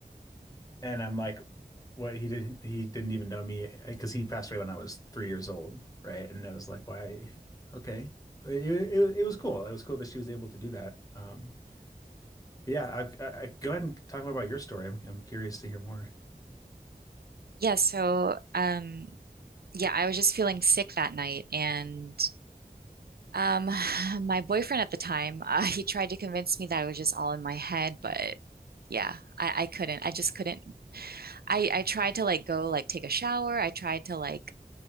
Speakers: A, on the left; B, on the right.
A: And I'm like, what he did, he didn't even know me because he passed away when I was three years old. Right. And I was like, why? Okay. It, it, it was cool. It was cool that she was able to do that. Um, but yeah, I, I, I- go ahead and talk more about your story. I'm, I'm curious to hear more.
B: Yeah, so um yeah, I was just feeling sick that night and Um, <sighs> my boyfriend at the time, <laughs> uh, he tried to convince me that it was just all in my head, but yeah, I, I couldn't. I just couldn't. I I tried to like go like take a shower. I tried to like